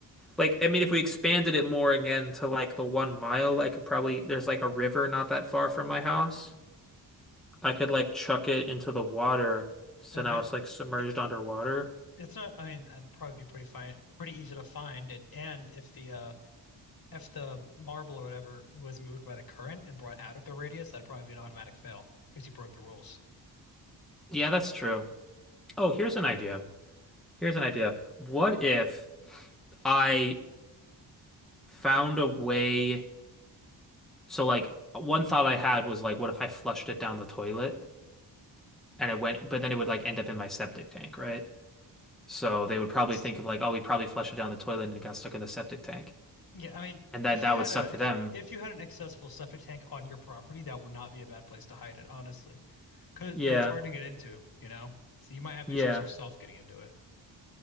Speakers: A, in the centre; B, on the left.
A: like I mean if we expanded it more again to like the one mile, I could probably there's like a river not that far from my house. I could like chuck it into the water so
B: I mean,
A: now
B: but
A: it's like submerged
B: it, it
A: underwater.
B: it's not. I mean, that'd probably be pretty fine, pretty easy to find. And and if the uh if the marble or whatever was moved by the current and brought out of the radius, that'd probably be an automatic fail because you broke the rules.
A: Yeah, that's true. Oh, here's an idea. Here's an idea. What if I found a way? So, like, one thought I had was like, what if I flushed it down the toilet and it went, but then it would like end up in my septic tank, right? So they would probably
B: That's
A: think of like, oh, we probably flushed it down the toilet and it got stuck in the septic tank,
B: yeah. I mean,
A: and then
B: if
A: that
B: you had
A: would suck
B: a
A: for
B: if
A: them.
B: if you had an accessible septic tank on your property, that would not be a bad place to hide it, honestly. Cause,
A: Yeah,
B: but it's hard to get into, you know? So you might have
A: yeah,
B: issues yourself getting into it.